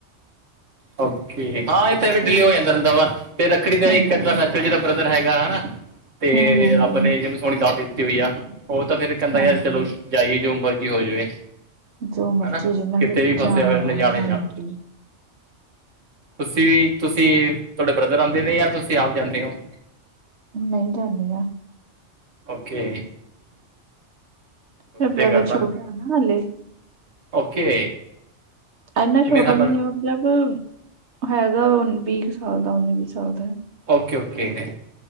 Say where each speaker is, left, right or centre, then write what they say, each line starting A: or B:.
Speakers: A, on the right (about 85°); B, on the right (about 65°).
A: ਓਕੇ, ਹਾਂ ਇਹ ਤਾਂ
B: ਸਭ
A: ਵੀ ਡਿਲੇ ਹੋ ਜਾਂਦਾ ਰਹਿੰਦਾ ਵਾ ਤੇ ਰੱਖੜੀ ਦਾ
B: ਹਾਂਜੀ
A: ਇੱਕ ਇਏਧਾਂ ਫੈਸ ਫਿਰ ਜਿਹੜਾ ਬ੍ਰਦਰ ਹੈਗਾ ਹੈਨਾ ਤੇ
B: ਹੂੰ ਹੂੰ
A: ਰੱਬ
B: ਹੂੰ
A: ਨੇ ਜਿਹਨੂੰ ਸੋਹਣੀ ਦਾਤ ਦਿੱਤੀ ਹੋਈ ਆ। ਉਹ ਤਾਂ ਫੇਰ ਕਹਿੰਦਾ
B: ਹਾਂਜੀ
A: ਯਾਰ ਚਲੋ ਜਾਈਏ ਜੋ ਮਰਜ਼ੀ ਹੋ ਜਾਵੇ।
B: ਜੋ ਮਰਜ਼ੀ
A: ਹੈਨਾ
B: ਹੋ ਜੇ ਮੈਂ
A: ਕਿਤੇ
B: ਤਾਂ
A: ਵੀ ਫਸਿਆ ਹੋਵੇ ਉਹਨੇ
B: ਵਾ
A: ਜਾਣਾ
B: ਹਾਂਜੀ
A: ਹੀ ਜਾਣਾ। ਤੁਸੀਂ ਵੀ ਤੁਸੀਂ ਤੁਹਾਡੇ ਬ੍ਰਦਰ ਆਉਂਦੇ ਨੇ ਜਾਂ ਤੁਸੀਂ ਆਪ ਜਾਂਦੇ ਹੋ।
B: ਮੈ ਹੀਂ ਜਾਂਨਿਆਂ।
A: ਓਕੇ।
B: ਤੇ
A: ਵਧੀਆ
B: ਬ੍ਰਦਰ
A: ਗੱਲ
B: ਛੋਟਾ
A: ਆ
B: ਹੈਨਾ ਹਲੇ।
A: ਓਕੇ।
B: ਇੰਨਾ
A: ਕਿੰਨੇ
B: ਛੋਟਾ
A: ਸਾਲਾਂ
B: ਵੀ ਨਹੀਂ ਮਤਲਬ। ਹੈਗਾ ਵੀਹ ਕੁ ਸਾਲ ਦਾ ਉੱਨੀ-ਵੀਹ ਸਾਲ ਦਾ।
A: ਓਕੇ-ਓਕੇ ਹੈ।